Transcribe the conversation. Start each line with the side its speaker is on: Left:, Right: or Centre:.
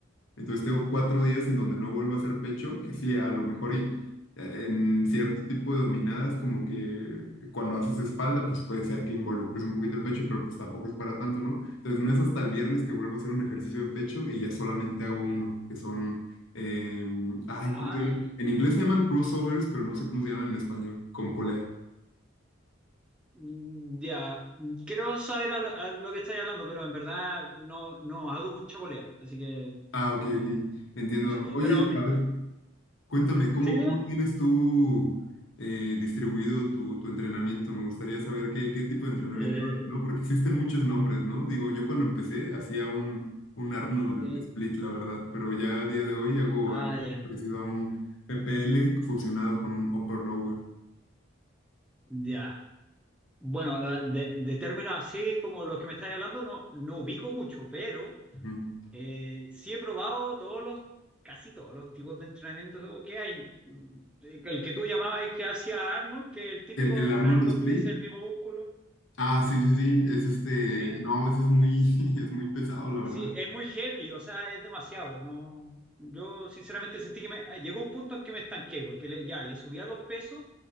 Left: Entonces tengo cuatro días en donde no vuelvo a hacer pecho, que sí, a lo mejor y eh, en cierto tipo de dominadas, como que cuando haces espalda, pues puede ser que involucres un poquito el pecho, pero pues tampoco es para tanto, ¿no? Entonces no es hasta el viernes que vuelvo a hacer un ejercicio de pecho y ya solamente hago uno, que son, eh, ay,
Centre: ah,
Left: ¿cómo se llama? En inglés se llaman crossovers, pero no sé cómo se llaman en español, con polea.
Centre: Mm, Ya, quiero saber a lo, a lo que estáis hablando, pero en verdad no, no hago mucha polea, así que
Left: Ah, ok,
Centre: no,
Left: ok, entiendo.
Centre: no sé.
Left: Oye,
Centre: Pero, mi-
Left: a ver. Cuéntame, ¿cómo,
Centre: ¿sí, dime?
Left: cómo tienes tú eh, distribuido tu, tu entrenamiento? Me gustaría saber qué, qué tipo de entrenamiento
Centre: Eh,
Left: haces, ¿no? Porque existen muchos nombres, ¿no? Digo, yo cuando empecé hacía un, un Arnold
Centre: sí.
Left: Split, la verdad, pero ya al día de hoy hago
Centre: Ah,
Left: algo
Centre: ya,
Left: parecido a un PPL fusionado con un Upper Lower.
Centre: ya. Bueno, la- de, de términos así como los que me estáis hablando, no, no ubico mucho, pero
Left: Ujú.
Centre: eh, sí he probado todos los, casi todos los tipos de entrenamiento que hay. Mm, El que tú llamabas y que hacía Arnold, que es el típico
Left: El, el
Centre: de entrenar
Left: Arnold
Centre: dos
Left: Split,
Centre: veces el mismo músculo.
Left: ah, sí, sí, sí, es este,
Centre: Sí.
Left: no, eso es muy, <laughs> es muy pesado, la verdad.
Centre: Sí, es muy heavy, o sea, es demasiado, ¿no? Yo sinceramente sentí que me, ah, llegó un punto en que me estanqué, porque le- ya le subía los pesos,